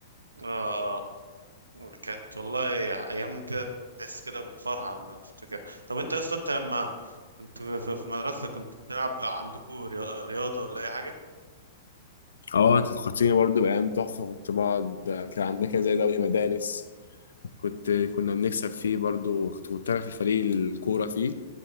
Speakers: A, on the right (about 80°); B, on the left (about 75°).
A: اه كانت والله ايام كده تحس كده بفرحة لما تفتكر طب انت اصلا انت لما كنت في في المدرسة كنت بتلعب عندكم رياضة ولا اي حاجة
B: اه انت فكرتيني برضه بايام تحفه كنت بقعد كان عندنا كده زي دوري مدارس كنت
A: مم.
B: كنا بنكسب فيه برضو كنت أنا في الفريق الكورة فيه